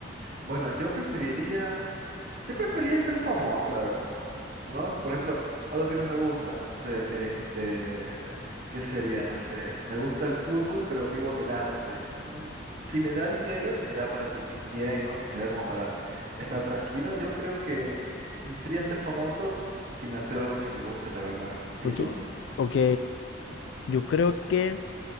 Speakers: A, on the right (about 50°); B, on the left (about 85°).
A: Bueno, yo preferiría, Yo preferiría ser famoso, la verdad. ¿No? Por ejemplo, algo que no me gusta, no sé, este, ¿qué sería? No sé, me gusta el fútbol, pero vivo del arte. Mm, Si me da dinero y me da para vivir bien, ¿no? Si me da como para estar tranquilo, yo creo que mm, sería ser famosos sin hacer algo que me guste, la verdad. ¿Y
B: Porque,
A: tú?
B: ok, yo creo que